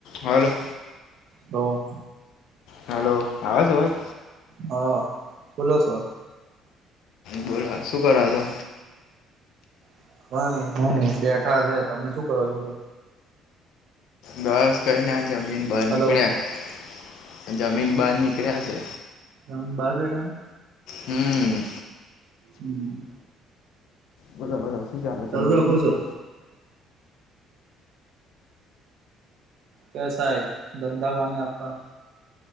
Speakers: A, on the left; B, on the right.
A: હાલો
B: તો
A: હલો આવે છે. અવાજ
B: હા, બોલો છો.
A: બોલો, શું કરો છો.
B: <unintelligible> બેઠા છે, તમે શું કરો છો. બો
A: બસ કઈને, આ જમીન બહાર નીકળ્યા
B: હલો
A: જમીન બહાર નીકળ કયા છે.
B: <unintelligible> બહાર, બેઠા
A: હમ્મ
B: હમ્મ
A: બોલો બોલો શું ચાલે, તમે
B: રાખો
A: જમીધ
B: સર કેસા હે ધંધા, પાણી આપકા